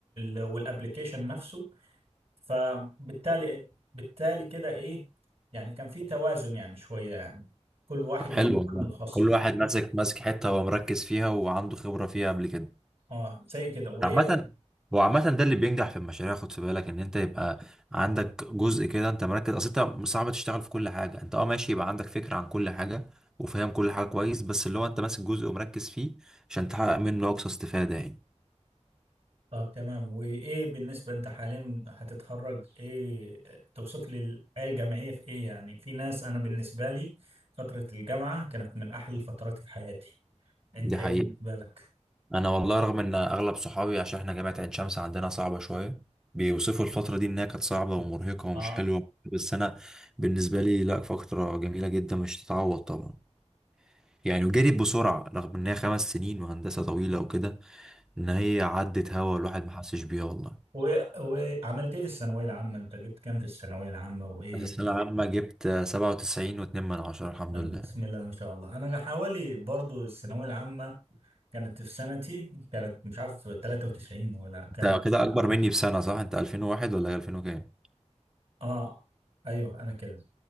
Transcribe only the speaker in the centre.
طب حلو
والله
كل واحد
ماسك ماسك حتة هو مركز فيها وعنده خبرة فيها قبل كده
عامة هو عامة ده اللي بينجح في المشاريع خد في بالك ان انت يبقى عندك جزء كده انت مركز اصل انت صعب تشتغل في كل حاجة انت اه ماشي يبقى عندك فكرة عن كل حاجة وفاهم كل حاجة كويس بس اللي هو انت ماسك جزء ومركز فيه عشان تحقق منه اقصى استفادة يعني
دي
حقيقة
انا والله رغم ان اغلب صحابي عشان احنا جامعة عين شمس عندنا صعبة شوية بيوصفوا الفترة دي انها كانت صعبة ومرهقة ومش
حلوة بس انا بالنسبة لي لا فترة جميلة جدا مش تتعوض طبعا يعني وجريت بسرعة رغم انها خمس سنين وهندسة طويلة وكده ان هي عدت هوا الواحد ما حسش بيها والله
في السنة العامة جبت سبعة وتسعين واتنين من عشرة الحمد
لله
انت كده اكبر مني بسنة صح انت الفين وواحد ولا هي الفين وكام